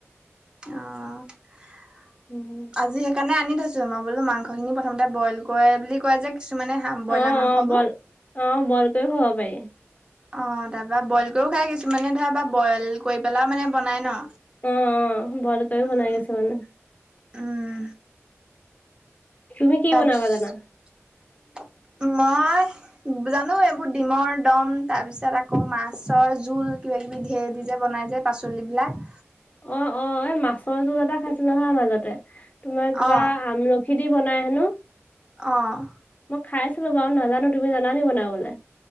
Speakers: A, on the right; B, on the left.
A: অ।
B: উম।
A: আজি সেইকাৰণে আনি থৈছো। মই বোলো মাংসখিনি প্ৰথমতে বইল কৰে বুলি কয় যে কিছুমানে- ব্ৰইলাৰ
B: অ,
A: মাংসবোৰ।
B: অ। বইল অ, বইলকৰিও খাব পাৰি।
A: অ। তাৰপা বইল কৰিও খাই কিছুমানে ধৰা বা বইল কৰি পেলাও মানে বনাই ন।
B: অ, অ। বইল কৰিও
A: উম,
B: বনাই কিছুমানে।
A: উম,
B: তুমি কি
A: তাৰপিছত
B: বনাবা জানা
A: মই- জানো এইবোৰ ডিমৰ দম, তাৰ পিছত আকৌ মাছৰ জোল, কিবা কিবি ধেৰ দি যে বনাই যে- পাচলিবিলাক।
B: অ অ। এই মাছৰ জোল এটা খাইছিলো নহয় মাজতে, তোমাৰ কিবা
A: অ',
B: আমল খী দি বনাই হেনো
A: অ'।
B: মই খাইছিলো বাও নাজানো তুমি জানা নি বনাবলে।